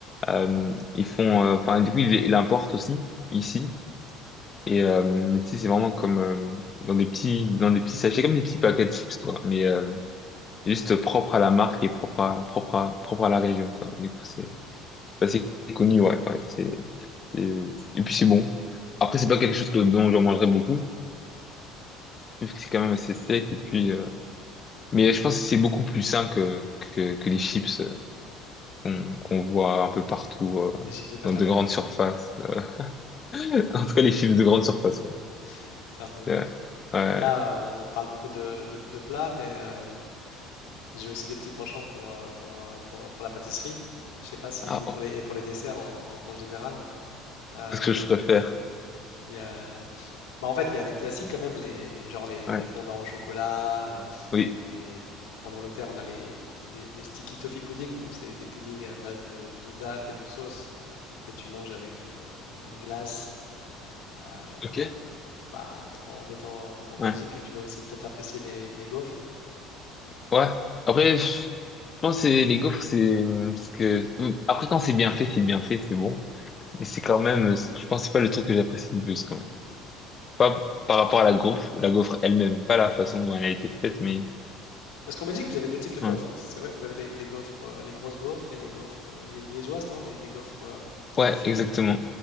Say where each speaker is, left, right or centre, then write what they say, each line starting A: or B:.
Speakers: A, on the left (about 35°); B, on the left (about 85°).
A: euh, ils font... euh, Enfin, du coup, ils, ils l'importent aussi, ici. Et euh, mais tu sais, c'est vraiment comme euh, dans des petits dans des petits sachets, comme des petits paquets de chips, quoi. Mais euh, juste propre à la marque et propre à, propre à, propre à la région, quoi. Du coup, c'est ça, c'est assez connu, ouais. ouais c'est, c'est- et puis, c'est bon. Après, c'est pas quelque chose que, dont j'en mangerai beaucoup. C'est quand même assez sec et puis euh, mais je pense que c'est beaucoup plus sain que que, que les chips euh, qu'on qu'on voit un peu partout euh,
B: Les chips de patates,
A: dans de grandes surfaces Euh, <laughs> en tout cas les chips de grande surface quoi
B: <laughs> ça roule.
A: ouais, ouais.
B: Et là, on parle beaucoup de, de- de plats, mais euh, j'ai aussi des petits penchants pour, euh, pour, euh, pour, pour la pâtisserie. Je sais pas si,
A: Ah,
B: ou pour
A: oh,
B: les, et pour les desserts en, en- en général. Euh,
A: c'est ce que je préfère
B: il y a, bah, en fait, il y a les classiques quand même, les, les, genre les,
A: ouais
B: les fondants au chocolat. euh,
A: oui
B: les, en Angleterre, on a les, les, les sticky toffee pudding, donc c'est des puddings à base de, de dattes et de sauce que tu manges avec une, une glace. Euh,
A: ok
B: bah, en étant en Belgique,
A: ouais
B: tu dois aussi peut-être apprécier les, les gaufres.
A: ouais après je je pense que les gaufres c'est hum, ce que hum, après quand c'est bien fait c'est bien fait c'est bon mais c'est quand même euh, je pense que c'est pas le truc que j'apprécie le plus quand même pas par rapport à la gaufre la gaufre elle-même pas la façon dont elle a été faite mais
B: Parce qu'en Belgique, vous avez deux types de gaufres.
A: ouais.
B: C'est vrai, vous avez les, les gaufres, euh, les grosses gaufres et les gaufres euh, li- liégeoises, non? Les, les gaufres euh,
A: Ouais,
B: euh, fines.
A: exactement.